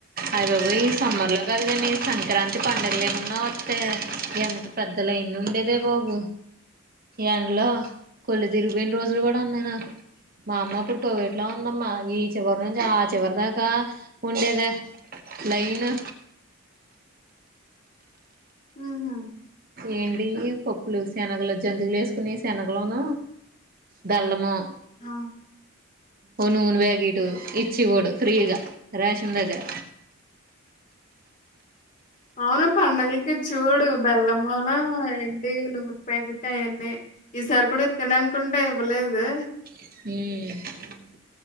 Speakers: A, on the right (about 45°); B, on the left (about 35°).
A: అయిబబో ఒరై సమ్మర్ లో కదు గాని సంక్రాంతి పండుగలు ఏమన్నా ఒత్తయా ఎంత పెద్దలైన్ ఉండే అరే బాబు ఎండ్లో కొళ్ళు తిరిగిపొయిన రోజులు కూడా ఉన్నాయ్ నాకు మా అమ్మ అప్పుడు కొవెట్లా ఉందమ్మా ఈ చివరి నుంచి ఆ చివరదాక ఉండేద లైను
B: హుహ్
A: ఏంటి పప్పులు శనగలు జంతికలు లేసుకుని శనగలోన బెల్లము
B: హ
A: ఒ నూను పాకిటు ఇచ్చెవొడు ఫ్రీగా రేషన్ దగ్గర
B: అవును పండగలకిచూడు బెల్లంమును ఎంటి నూనె ప్యాకెట్ అయన్ని ఈసారి కూడా ఇత్తడంకుంటే ఇవ్వలేదు
A: ఉహ్